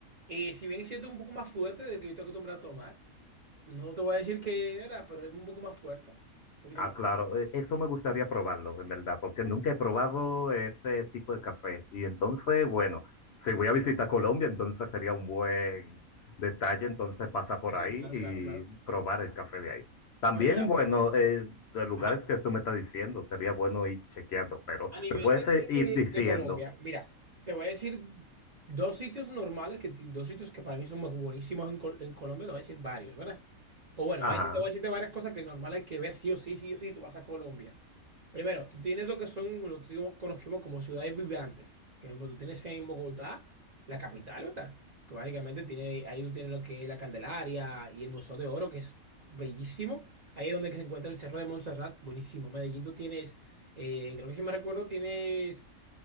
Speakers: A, on the right (about 45°); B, on the left (about 65°).
A: Eh, si bien es cierto, un poco más fuerte del que yo estoy acostumbrado a tomar. No te voy a decir que era, pero es un poco más fuerte. Un poquito
B: Ah,
A: más
B: claro,
A: fuerte.
B: e- eso me gustaría probarlo, en verdad, porque nunca he probado ese tipo de café. Y entonces, bueno, si voy a visitar Colombia, entonces sería un buen detalle, entonces pasa por
A: Ok,
B: ahí
A: claro,
B: y
A: claro, claro.
B: probar el café de ahí. También,
A: Bueno, mira.
B: bueno, eh, los lugares
A: ajá.
B: que tú me estás diciendo, sería bueno ir chequeando, pero
A: A nivel
B: me puedes
A: de,
B: eh, ir diciendo,
A: de Colombia, mira, te voy a decir dos sitios normales, que, dos sitios que para mí son más buenísimos en, Col- en Colombia, te voy a decir varios, ¿verdad? O bueno,
B: ajá.
A: ahí sí te voy a decir de varias cosas que normal hay que ver sí o sí, sí o sí, tú vas a Colombia. Primero, tú tienes lo que son, lo que conocemos como ciudades vibrantes. Que, Por ejemplo, tú tienes en Bogotá, la capital, ¿verdad? Que básicamente tiene, ahí tú tienes lo que es la Candelaria y el Museo de Oro, que es bellísimo. Ahí es donde que se encuentra el Cerro de Montserrat, buenísimo. En Medellín tú tienes, eh, creo que si me recuerdo, tienes,